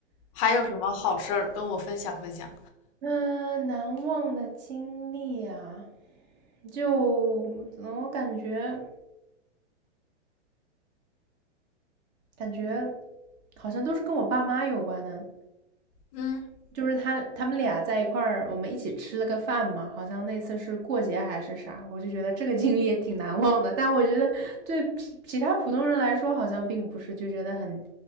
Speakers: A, on the left; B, on the right.
A: 还有什么好事儿跟我分享分享？
B: 嗯，难忘的经历啊，就嗯我感觉感觉好像都是跟我爸妈有关的。
A: 嗯，
B: 就是他他们俩在一块儿，我们一起吃了个饭嘛，好像那次是过节还是啥，我就觉得这个经历也挺难忘的。但我觉得对其其他普通人来说，好像并不是就觉得很